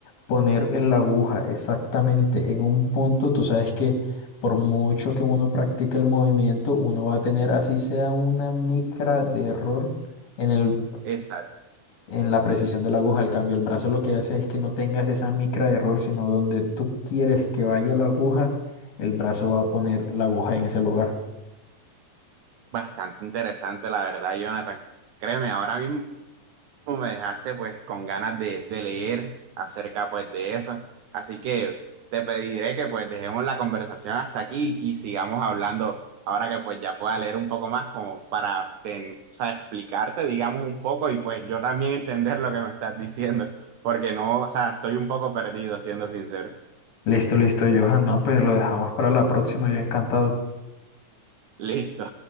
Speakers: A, on the left; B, on the right.
A: poner en la aguja exactamente en un punto, tú sabes que por mucho que uno practique el movimiento, uno va a tener, así sea una micra de error en el,
B: Exacto,
A: en la precisión de la aguja. Al cambio, el brazo lo que hace es que no tengas esa micra de error, sino donde tú quieres que vaya la aguja, el brazo va a poner la aguja en ese lugar.
B: bastante interesante, la verdad, Jonathan. Créeme, ahora mismo me dejaste pues con ganas de, de leer acerca pues de eso. Así que te pediré que pues dejemos la conversación hasta aquí y sigamos hablando ahora que pues ya pueda leer un poco más como para ten- o sea, explicarte digamos un poco y pues yo también entender lo que me estás diciendo porque no, o sea, estoy un poco perdido siendo sincero.
A: Listo, listo, Johan. No, pues lo dejamos para la próxima. Yo encantado.
B: Listo.